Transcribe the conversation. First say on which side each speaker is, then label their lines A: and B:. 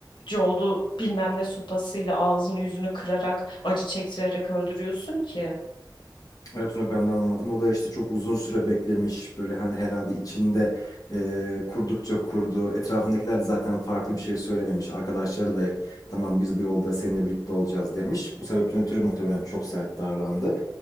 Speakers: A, on the left (about 85°); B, on the left (about 50°).
A: yoldu bilmem ne sopasıyla ağzını yüzünü kırarak acı çektirerek öldürüyorsun ki.
B: Evet onu ben de anlamadım. O da işte çok uzun süre beklemiş. Böyle hani herhalde içinde e, kurdukça kurdu. Etrafındakiler de zaten farklı bir şey söylememiş. Arkadaşları da hep tamam biz bu yolda seninle birlikte olacağız demiş. Bu sebepten ötürü muhtemelen çok sert davrandı.